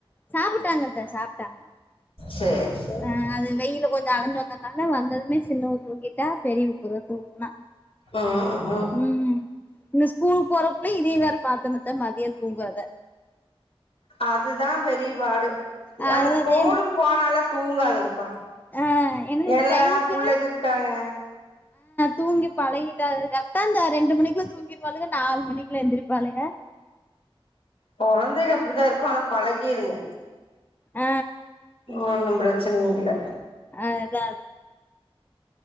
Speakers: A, on the left; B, on the left.
A: சாப்புட்டாங்கத்த சாப்ட்டாங்க
B: சேரி சேரி
A: ஆ அது வெயில கொஞ்சோ அலஞ்சி வந் தனால வந்ததுமே சின்னவ தூங்கிட்டா பெரியவ இப்பதா தூங்குனா
B: ஆ ஹ
A: ம் இந்த ஸ்கூலுக்கு போறக்குள்ளயு இதயு வேற மாத்தணுத்த மதியோ தூங்குறத
B: அதுதா பெரியபாடு
A: அதாவது
B: ஆனா ஸ்கூலுக்கு போனால்லா தூங்காதுகப்பா
A: ஆ ஏன்னா
B: வெள்ளதா
A: இந்த டைமுக்கு
B: புள்ளைக இருக்காங்க
A: தூங்கிப்பழகீட்டாலுக கரெக்டா அந்த ரெண்டு மணிக்குள்ள தூங்கீருவாலுக நாலு மணிக்குள்ள எந்திரிப்பாலுக
B: கொழந்தைக அப்டிதா இருக்கு ஆனா பழகீருங்க
A: ஆ
B: இன்னு ஒன்னு பிரச்சன இல்ல
A: அதா